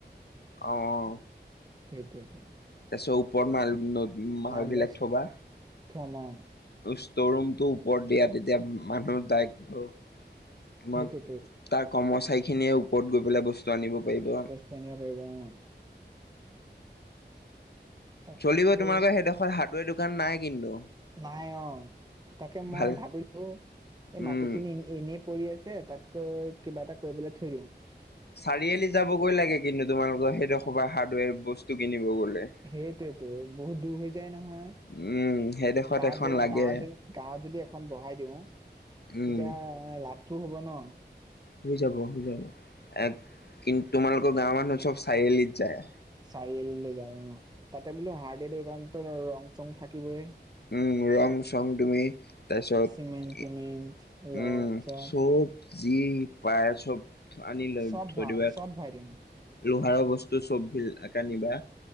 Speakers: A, on the left; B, on the right.
A: অ',
B: সেইটোৱেইটো।
A: তাৰ পিছত ওপৰত মাল মল
B: মালবিলাক
A: বিলাক থবা।
B: থম অ
A: ষ্ট'ৰ ৰুমটো ওপৰত দিয়া, তেতিয়া মানুহৰ দায়ৰেক তোমাক-
B: সেইটোৱেটো
A: তাৰ কৰ্মচাৰীখিনিয়ে ওপৰত গৈ পেলাই বস্তু আনিব পাৰিব।
B: তেতিয়া আনিব পাৰিব অ', তাক
A: চলিব
B: বোলো
A: তোমালোকৰ সেইডোখৰ হাৰ্ডৱেৰ দোকান নাই কিন্তু।
B: নাই অ', তাকে মই
A: ভাল
B: ভাবিলোঁ, এই
A: উম
B: মাটিখিনি- এনেই পৰি আছে, তাতকৈ কিবা এটা কৰিবলৈ থই দিওঁ।
A: চাৰিআলি যাবগৈ লাগে কিন্তু তোমালোকৰ সেইডোখৰ পৰা হাৰ্ডৱেৰ বস্তু কিনিব গ'লে।
B: সেইটোৱেইতো বহুত দূৰ হৈ যায় নহয়।
A: উম সেইডোখৰত
B: গাঁৱত
A: এখন
B: যদি,
A: লাগে
B: গাঁৱত যদি, গাঁৱত যদি এখন বহাই দিওঁ।
A: উম
B: এতিয়া লাভটো হ'ব ন।
A: হৈ যাব, হৈ যাব, এ কিন্তু তোমালোকৰ গাঁৱৰ মানুহ চব চাৰিআলিত যায়।
B: চাৰিআলিলৈ যায় অ', তাতে বোলো হাৰ্ডৱেৰ দোকানটো ৰং চং থাকিবই।
A: উম্, ৰং চং তুমি তাৰপিছত
B: চিমেণ্ট টিমেণ্ট ৰদ
A: উম্,
B: চদ
A: চব। যি পায় চব আনিলৈ
B: চব
A: থই
B: ভৰাম
A: দিবা।
B: চব ভৰাই দিম
A: লোহাৰৰ বস্তু চব ভিলকা নিবা।